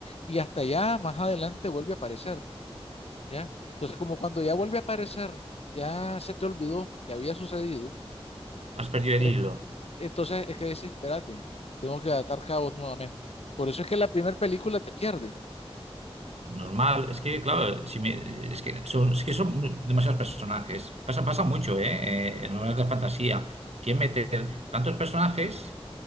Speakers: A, on the left; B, on the right.
A: y hasta ya más adelante vuelve a aparecer, ¿ya? Entonces como cuando ya vuelve a aparecer, ya se te olvidó que había sucedido
B: Has perdido
A: e-
B: el hilo.
A: Entonces es que decís, espérate, tengo que atar cabos nuevamente. Por eso es que la primera película te pierde.
B: Normal, es que, claro, si me- es que son, es que son mu- demasiados personajes. Pasa, pasa mucho, ¿eh? Eh, En novelas de fantasía. Quieren meter tantos personajes